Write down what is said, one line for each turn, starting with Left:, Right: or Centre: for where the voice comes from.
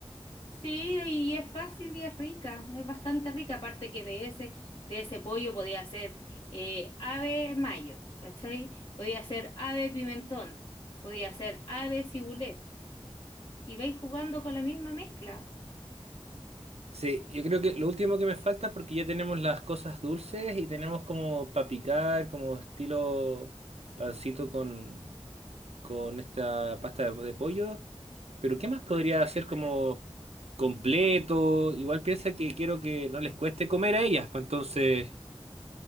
Left: Sí, y es fácil y es rica, es bastante rica, aparte que de ese, de ese pollo podía hacer eh, ave mayo, ¿cachai? Podía hacer ave pimentón, podía hacer ave cibulet, y vais jugando con la misma mezcla.
Right: Sí, yo creo que lo último que me falta, porque ya tenemos las cosas dulces y tenemos como para picar, como estilo pancito con, con esta pasta de, de pollo. Pero ¿qué más podría hacer como completo? Igual piensa que quiero que no les cueste comer a ellas, pues entonces...